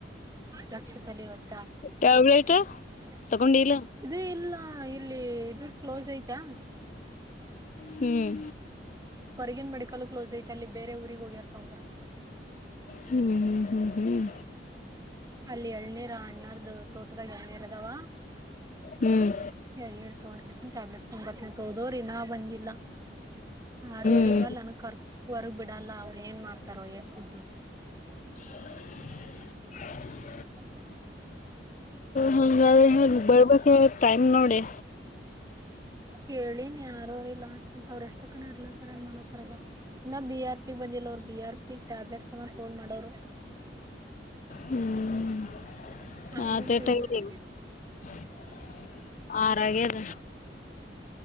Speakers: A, on the right; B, on the left.
A: ರಕ್ಷದಲ್ಲಿ <unintelligible>
B: ಟ್ಯಾಬ್ಲೆಟ್ ತಗೊಂಡಿಲ್ಲ
A: ಇದೇ ಇಲ್ಲ ಇಲ್ಲಿ. ಅದು ಕ್ಲೋಸ್ ಐತಾ.
B: ಹ್ಮ್
A: ಹೊರ್ಗಿನನ್ ಮೆಡಿಕಲ್ ಕ್ಲೋಸ್ ಐತೆ ಅಲ್ಲಿ ಬೇರೆ ಊರಿಗೆ ಹೋಗ್ಯರ ತಗೊಂಡ ಬರಕ್ಕೆ.
B: ಹ್ಮ್ ಹ್ಮ್ ಹ್ಮ್ ಹ್ಮ್
A: ಅಲ್ಲಿ ಎಳ್ನೀರ ಅಣ್ಣಾವ್ರು ತೋಟದಾಗ ಎಳನೀರ ಅದಾವ.
B: ಹ್ಮ್ ಹ್ಮ್
A: ಏಳನೀರ್ ತಗೊಂಡ ಕಿಸುಮ ಟ್ಯಾಬ್ಲೆಟ್ಸ್ ತೊಗ್ ಬರ್ತನ ಅಂತ ಹೋದೋರು ಇನ್ ಬಂದಿಲ್ಲ. ಆರವರಿ
B: ಹ್ಮ್
A: ಮೇಲೆ ನನ ಕರ್ ಹೊರ್ಗ್ ಬಿಡಲ್ಲ ಅವರು ಏನ್ ಮಾಡ್ತಾರ ಏನ್ ಸುದ್ದಿ.
B: <inaudible>
A: <inaudible>
B: ಹ್ಯಾಂಗದ್ರೆ
A: ಯಪ್ಪ
B: ಬರ್ಬೇಕ ಟೈಮ್ ನೋಡಿ.
A: ಹೇಳಿನ್ ಯಾರೋ ರಲ್ಲಾನ್ ಅವ್ರಷ್ಟ ಕ ಇರ್ಲತಾರನ್ ಮಾಡೋತರ್ಗ ಇನ್ನ ಬಿ ಆರ್ ಪಿ ಬಗ್. ಅವರು ಬಿ ಆರ್ ಪಿ ಟ್ಯಾಬ್ಲೆಟ್ಸ್ ಅನ್ನ ಫೋನ್ ಮಾಡೋರು.
B: ಹ್ಮ್
A: ಅಲ್ಲಿಂತ
B: ಹಾಟ <unintelligible>
A: ಇಲ್ಲಿಗೆ
B: ಆರಾಗದ